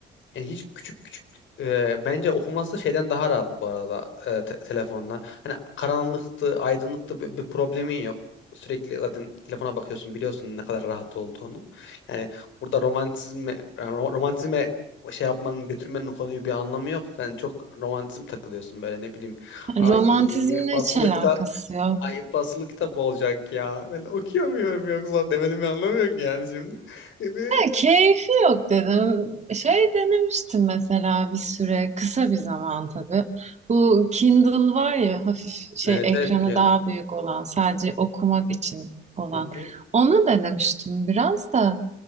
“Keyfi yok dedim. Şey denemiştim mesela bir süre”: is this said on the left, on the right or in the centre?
Right